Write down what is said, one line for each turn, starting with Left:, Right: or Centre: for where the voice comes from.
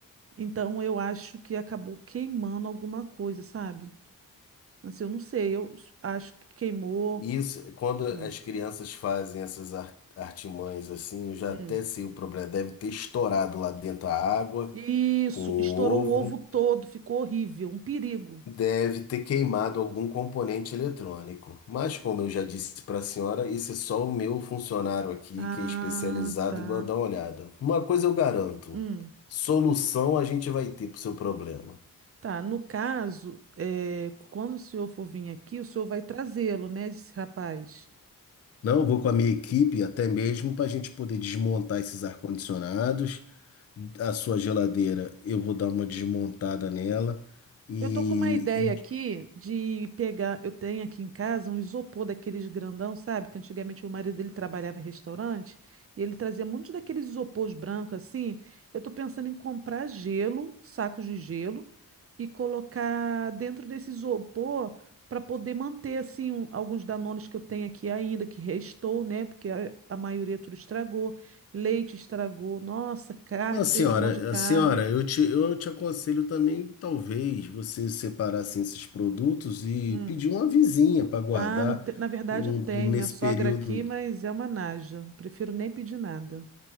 Right: Então eu acho que acabou queimando alguma coisa, sabe? Assim, eu não sei, eu s- acho que queimou.
Left: Isso, quando as
Right: Hum.
Left: crianças fazem essas ar- artimanhas assim, eu já
Right: Hum.
Left: até sei o problema. Deve ter estourado lá dentro a água
Right: Isso,
Left: com o
Right: estourou
Left: ovo,
Right: o ovo todo, ficou horrível, um perigo.
Left: deve ter queimado algum componente eletrônico. Mas, como eu já disse para a senhora, esse é só o meu funcionário aqui,
Right: Ah,
Left: que é especializado,
Right: tá.
Left: vai dar uma olhada. Uma coisa eu garanto:
Right: Hum,
Left: solução a gente vai ter para o seu problema.
Right: tá. No caso, é, quando o senhor for vir aqui, o senhor vai trazê-lo, né, esse rapaz?
Left: Não, eu vou com a minha equipe até mesmo para a gente poder desmontar esses ar-condicionados a sua geladeira, eu vou dar uma desmontada nela. E,
Right: Eu tô com uma ideia
Left: e
Right: aqui de pegar. Eu tenho aqui em casa um isopor daqueles grandão, sabe? Que antigamente o marido dele trabalhava em restaurante e ele trazia muitos daqueles isopores brancos assim. Eu tô pensando em comprar gelo, sacos de gelo, e colocar dentro desse isopor para poder manter assim um- alguns danones que eu tenho aqui ainda, que restou, né? Porque a, a maioria tudo estragou. Leite estragou. Nossa, carne,
Left: a
Right: eu
Left: senhora,
Right: perdi um monte de carne.
Left: a senhora, eu te, eu te aconselho também, talvez, você separar assim, esses produtos e
Right: Hum.
Left: pedir uma vizinha para guardar
Right: Ah, no te- na verdade
Left: hum,
Right: eu tenho
Left: do- nesse
Right: minha sogra
Left: período.
Right: aqui, mas é uma naja. Prefiro nem pedir nada,